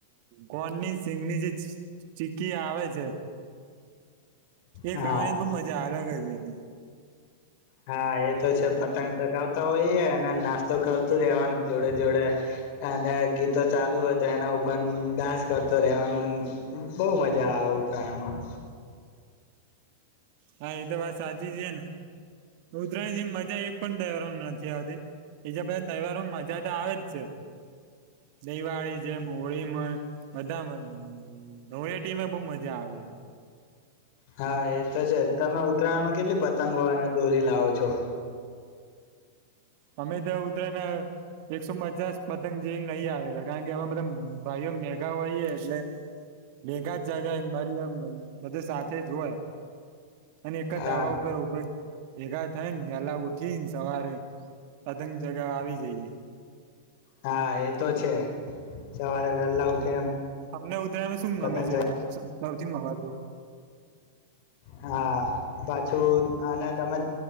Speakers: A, on the right; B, on the left.
A: કોણની સિંગની જે ચી ચીકી આવે છે એ
B: હા
A: ખાવાની તો મજા અલગ જ. જેની
B: હા એ તો છે પતંગ ચગાવતા હોય અને નાસ્તો કરતું રેવાનું જોડે જોડે અને ગીતો ચાલુ હોય તો એના ઉપર ડાન્સ કરતો રેવાનો બહ મજા આવે ઉતરાયણમાં.
A: હા એ તો વાત સાચી છે. ઉતરાયણ જે મજા એક પણ તહેવારો નથી આવતી, બીજા બધા તહેવારો મજા તો આવે જ છે. દિવાળી જેમ હોળીમાં, બધામાં ધોટીમાં બહ મજા આવે છે.
B: હા એ તો છે તમે ઉત્તરાયણમાં કેટલી પતંગો અને દોરી લાવો છો?
A: અમે તો ઉતરાયના એકસો પચાસ પતંગ જવીને લઈ આવેલા કારણ કે અમે બધા ભાઈઓ મેગા હોઈએ એટલે, ભેગા જ જગ્યા મારી બધું સાથેજ હોય. અને એકા
B: હા
A: ધાબા ઉપ ઉપર ઉભા ભેગા થઈ ને એલા ઉઠીને સવારે. પતંગ જગા આવી જઈએ.
B: હા એ તો છે, સવારે વેહેલા ઉઠીને
A: અમને ઉધરાયણમાં શું ગમે
B: પતંગ
A: છે?
B: ચગાવે
A: મગજો <unintelligible>
B: હા પાછું અને તમે